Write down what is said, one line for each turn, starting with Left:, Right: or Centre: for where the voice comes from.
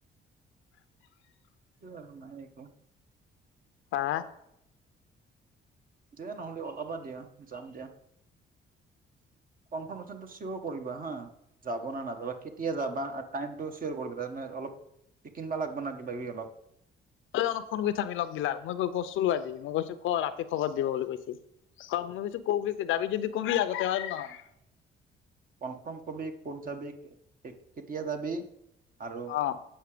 Right: সেইটোৱে আৰু মানে এটো।
Left: হা।
Right: দে নহ'লে ওলাবা দিয়া যাম দিয়া। কনফাৰ্মেচনটো চিয়ৰ কৰিবা হা যাব না নাযাবা কেতিয়া যাবা। টাইমটো চিয়োৰ কৰিবি তাৰ মানে অলপ কিনবা লাগিব ন কিবি অলপ।
Left: তই অলপ ফোন কৰি থাকবি লগগিলাক মই ক কৈছিলো আজি মই কৈছো ক ৰাতি খবৰ দিব বুলি কৈছে। ক মই কৈকবি যাবি যদি কবি আগতে হয়নে নহয়।
Right: কনফাৰ্ম কবি ক'ত যাবি কেতিয়া যাবি আৰু
Left: অ